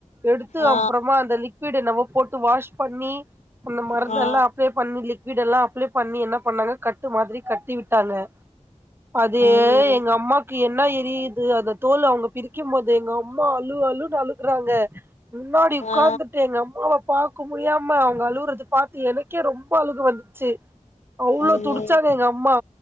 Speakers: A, on the right (about 15°); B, on the left (about 65°).
A: எடுத்து
B: ஆ
A: அப்றமா அந்த லிக்வி்டு என்னமொ போட்டு வாஷ் பண்ணி அ மருந்துல்லா
B: ஆ
A: அப்ளை பண்ணி லிக்விட் எல்லா அப்ளை பண்ணி என்ன பண்ணாங்க கட்டு மாதிரி கட்டி விட்டாங்க அதூ
B: ஐயோ
A: எங்க அம்மாக்கு என்ன ஏ புரியுது அந்த தோல் அவங்க பிரிக்கும் போது எங்க அம்மா அழு அழுன்னு அழுகுறாங்க முன்னாடி உக்கார்ந்துட்டே
B: ஆ
A: எங்க அம்மாவ பாக்க முடியாம அவங்க அழுவுறது பாத்து எனக்கே ரொம்ப அழுக வந்ச்சு அவ்ளோ
B: ஐயோ
A: துடிச்சாங்க எங்க அம்மா